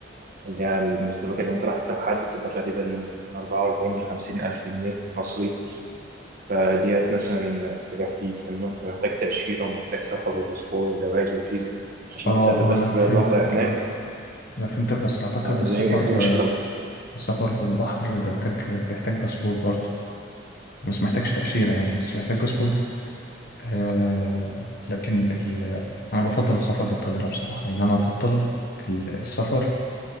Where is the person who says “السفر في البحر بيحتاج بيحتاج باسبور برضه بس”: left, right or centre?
Left